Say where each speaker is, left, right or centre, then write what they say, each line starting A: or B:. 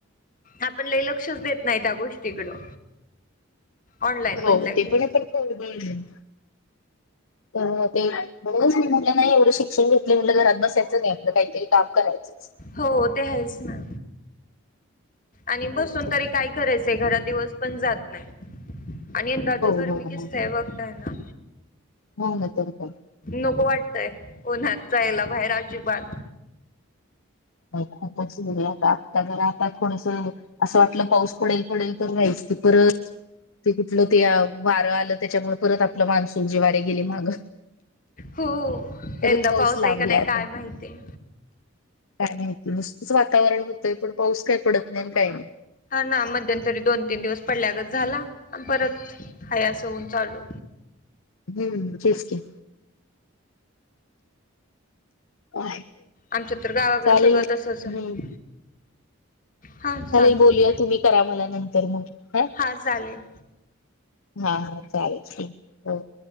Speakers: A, on the left; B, on the left.
A: आपण लई लक्षच देत नाही त्या गोष्टीकडं ऑनलाईन म्हणलं
B: हो ते
A: की
B: पण आपण कोणेन तर ते म्हटलं नाही एवढं शिक्षण घेतले म्हटलं घरात बसायचं नाही आपलं काहीतरी काम करायचंच
A: हो ते हायच ना आणि
B: हो
A: बसून तरी काय करायचंय घरात दिवस पण जात नाही आणि दादा बर
B: हो
A: मी
B: हो
A: कीचताय बघताय ना
B: हो ना तरी पण
A: नको वाटतय उन्हात जायला बाहेर अजिबात
B: नाय खूपच वेगळा ताप जरा आता थोडस असं वाटलं पाऊस पडेल पडेल तर नायच टिपुरच ते तिथलं ते वारं आलं त्याच्यामुळे परत आपलं मान्सून जी वारे गेले मागं
A: हो
B: परत
A: यंदा पाऊस
B: लांबलाय
A: आहे का नाही
B: आता
A: काय माहिती
B: काय माहिती नुसतच वातावरण होतंय पण पाऊस काही पडत नाही काही नाही
A: हा ना मध्यंतरी दोन तीन दिवस पडल्यागच झाला परत हाय अस ऊन चालू
B: हम्म टेस्टी अ
A: आमच्या तर गावाकडे
B: चालेल
A: सगळं तसंच
B: हम्म...
A: आहे हा
B: चालेल
A: चालतंय
B: बोलूया तुम्ही करा मला नंतर मग ह.
A: हां चालेल
B: हा हा चालेल हो...